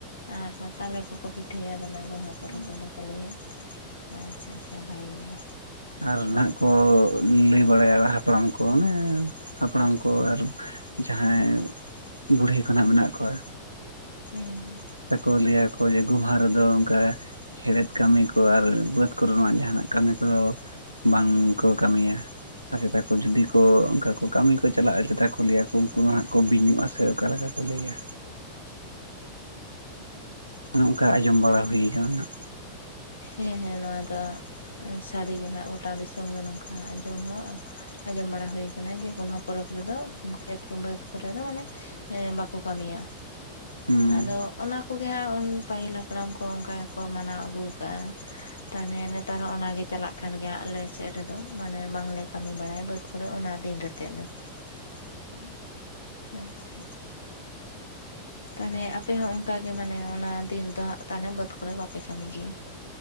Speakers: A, on the left; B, on the right.
A: ᱟᱨ ᱛᱟᱞᱮ ᱠᱚᱠᱚ ᱯᱤᱴᱷᱟᱹᱭᱟ ᱫᱚᱢᱮ ᱜᱚᱢᱦᱟ ᱯᱚᱨᱚᱵᱽ
B: ᱦᱩᱸ
A: ᱠᱚᱫᱚ ᱠᱚ ᱞᱟᱹᱭᱟ ᱾ ᱟᱪᱪᱷᱟ ᱟᱪᱪᱷᱟ ᱵᱷᱟᱜᱮ ᱜᱮ᱾
B: ᱟᱨ ᱱᱟᱦᱟᱜ ᱠᱚ ᱞᱟᱹᱭ ᱵᱟᱲᱟᱭᱟ ᱦᱟᱯᱲᱟᱢ ᱠᱚ ᱚᱱᱮ ᱦᱟᱯᱲᱟᱢ ᱠᱚ ᱟᱨ ᱡᱟᱸᱦᱟᱭ ᱵᱩᱲᱦᱤ ᱠᱚ ᱱᱟᱜ ᱢᱮᱱᱟᱜ ᱠᱚᱣᱟ
A: ᱦᱩᱸ ᱦᱩᱸ
B: ᱛᱟᱠᱚ ᱞᱟᱹᱭᱟᱠᱚ ᱡᱮ ᱜᱳᱢᱦᱟ ᱨᱮᱫᱚ ᱚᱱᱠᱟ ᱦᱮᱲᱦᱮᱫ ᱠᱟᱹᱢᱤ ᱠᱚ ᱟᱨ ᱵᱟᱹᱫᱽ ᱠᱚᱨᱮᱱᱟᱜ ᱡᱟᱦᱟᱱᱟᱜ ᱠᱟᱹᱢᱤ ᱠᱚᱫᱚ ᱵᱟᱝᱠᱚ ᱠᱟᱹᱢᱤᱭᱟ ᱟᱨ ᱪᱮᱫᱟ ᱠᱚ ᱡᱩᱫᱤ ᱠᱚ ᱚᱱᱠᱟ ᱠᱚ ᱠᱟᱹᱢᱤ ᱠᱚ ᱪᱟᱞᱟᱜᱼᱟ ᱪᱮᱛᱟ ᱠᱚ ᱞᱟᱹᱭᱟᱠᱚ ᱩᱱᱠᱩ ᱫᱚ ᱦᱟᱸᱜ ᱠᱚ ᱵᱤᱧᱩᱜ ᱟ ᱥᱮ ᱚᱠᱟ ᱞᱮᱠᱟ ᱠᱚ ᱞᱮᱭᱟ ᱚᱱᱮ ᱚᱱᱠᱟ ᱟᱸᱡᱚᱢ ᱵᱟᱲᱟ ᱦᱩᱭ ᱠᱟᱱᱟ ᱱᱟᱜ
A: ᱦᱮᱸ ᱦᱮᱸ ᱱᱚᱣᱟ ᱫᱚ ᱥᱟᱹᱨᱤᱜᱮ ᱱᱟᱜ ᱜᱚᱴᱟ ᱫᱤᱥᱚᱢ ᱜᱮ ᱱᱚᱝᱠᱟ ᱟᱸᱡᱚᱢ ᱦᱚᱸ ᱟᱸᱡᱚᱢ ᱵᱟᱲᱟ ᱦᱩᱭ ᱠᱟᱱᱟ ᱡᱮ ᱜᱚᱢᱦᱟ ᱯᱚᱨᱚᱵᱽ ᱨᱮᱫᱚ ᱠᱷᱮᱛ ᱠᱚ ᱵᱟᱹᱫᱽ ᱠᱚᱨᱮ ᱫᱚ ᱢᱟᱱᱮ ᱮᱸ ᱵᱟᱠᱚ ᱠᱟᱹᱢᱤᱭᱟ
B: ᱦᱩᱸ
A: ᱟᱫᱚ ᱚᱱᱟ ᱠᱚᱜᱮ ᱦᱟᱸᱜ ᱩᱱ ᱯᱟᱹᱦᱤᱞ ᱦᱟᱯᱲᱟᱢ ᱠᱚ ᱚᱱᱠᱟ ᱜᱮᱠᱚ ᱢᱟᱱᱟᱣ ᱟᱹᱜᱩ ᱠᱟᱜ-ᱟ ᱾ ᱛᱟᱦᱚᱞᱮ ᱱᱮᱛᱟᱨ ᱦᱚᱸ ᱚᱱᱟᱜᱮ ᱪᱟᱞᱟᱜ ᱠᱟᱱ ᱜᱮᱭᱟ ᱟᱞᱮᱥᱮᱫ ᱨᱮᱫᱚ ᱢᱟᱱᱮ ᱵᱟᱝᱞᱮ ᱠᱟᱹᱢᱤ ᱵᱟᱲᱟᱭᱟ ᱵᱟᱹᱫᱽ ᱠᱚᱨᱮ ᱚᱱᱟ ᱫᱤᱱ ᱨᱮᱛᱮᱫ ᱫᱚ
B: <unintelligible>
A: ᱦᱩᱸ ᱟᱪᱪᱷᱟ ᱛᱟᱦᱚᱞᱮ ᱟᱯᱮ ᱦᱚᱸ ᱚᱱᱠᱟ ᱜᱮ ᱢᱟᱱᱮ ᱚᱱᱟ ᱫᱤᱱ ᱨᱮᱫᱚ ᱦᱟᱸᱜ ᱛᱟᱱᱮ ᱵᱟᱹᱫᱽ ᱠᱚᱨᱮ ᱵᱟᱯᱮ ᱠᱟᱹᱢᱤ ᱜᱮᱭᱟ᱾